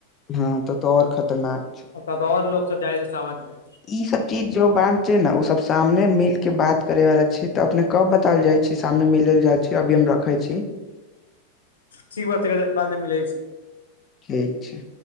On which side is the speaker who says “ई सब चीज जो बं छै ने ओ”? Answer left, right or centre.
Left